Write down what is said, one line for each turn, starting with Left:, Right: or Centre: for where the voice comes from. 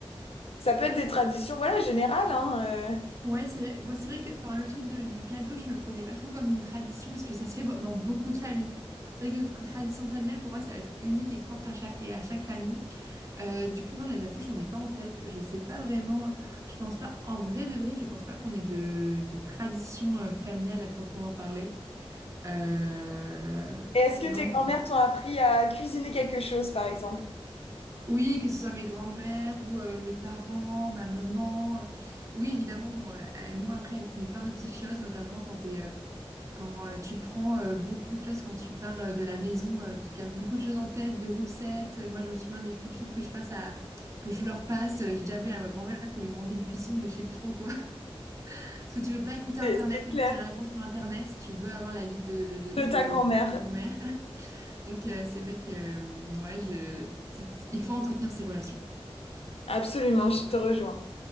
Left: Ça peut être des traditions, voilà, générales, hein. euh.
Right: ouais, c'est vrai. Bon, c'est vrai que enfin, le truc de- du cadeau, je le prenais pas trop comme une tradition parce que ça se fait bo- dans beaucoup de familles. C'est vrai que tradition familiale, pour moi, ça va être unique et propre à chaque, et à chaque famille. Euh, du coup, non, là, j'avoue, j'en ai pas en tête. Je sais pas vraiment. Je pense pas, en vrai de vrai, je pense pas qu'on ait de, de tradition euh, familiale à proprement parler. Euh,
Left: Est-ce que
Right: Non,
Left: tes
Right: j'en
Left: grand-mères
Right: ai
Left: t'ont appris à cuisiner quelque chose, par exemple?
Right: Oui, que ce soit mes grands-mères ou euh, mes parents, ma maman. Oui, évidemment, euh, euh, moi après, avec plein de petites choses, notamment quand, t'es, euh, quand euh, tu prends euh, beaucoup de choses, quand tu pars euh, de la maison, euh, tu gardes beaucoup de choses en tête, de recettes. Euh, Moi, je me souviens des coups de fil que je passe à, que je leur passe. Euh, J'ai déjà appelé à ma grand-mère pour lui demander une cuisson de je sais plus trop quoi. <laughs> Parce que tu veux pas écouter
Left: C'est
Right: Internet,
Left: c'est clair.
Right: même si tu as la réponse sur Internet, tu veux avoir l'avis de, de,
Left: De
Right: de,
Left: ta grand-mère.
Right: de ta grand-mère. <laughs> Donc, euh, c'est vrai que, euh, ouais, je... c'est- il faut entretenir ces relations.
Left: Absolument, je te rejoins.